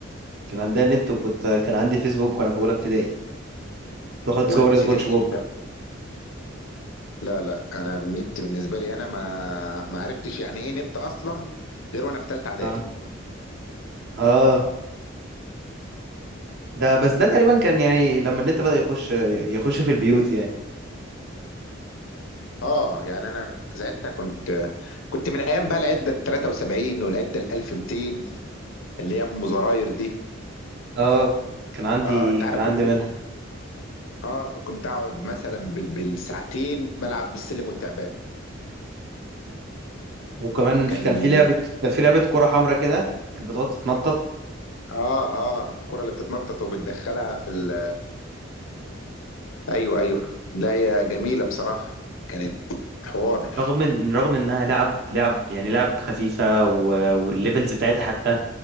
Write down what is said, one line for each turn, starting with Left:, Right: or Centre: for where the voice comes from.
Right: كان عندها نت وكنت كان عندي فيسبوك وانا في اولى ابتدائي كنت بحط
Left: اولى
Right: صور
Left: ابتدائي
Right: سبونج بوب
Left: لا لا لا انا النت بالنسبه لي انا ما ما عرفتش يعني ايه نت اصلا غير وانا في ثالثه اعدادي
Right: اه اه ده بس ده تقريبا كان يعني لما النت بدأ يخش يخش في البيوت يعني
Left: اه يعني انا ساعتها كنت كنت من ايام بقى العده ال 73 والعده ال 1200 اللي هي ام زراير دي
Right: اه كان عندي
Left: اه انت
Right: كان
Left: عارف
Right: عندي
Left: كنت
Right: منها
Left: اه كنت اقعد مثلا بال... بالساعتين بلعب بالسلم والتعبان
Right: وكمان
Left: كان
Right: في كان في لعبة كان في لعبة كرة حمراء كده كانت بتقعد تتنطط
Left: اه اه الكره اللي بتتنطط وبتدخلها في ال... ايوه ايوه لا هي جميله بصراحه كانت حوار
Right: رغم ان رغم انها لعب لعب يعني لعب خفيفة و... والليفلز بتاعتها حتى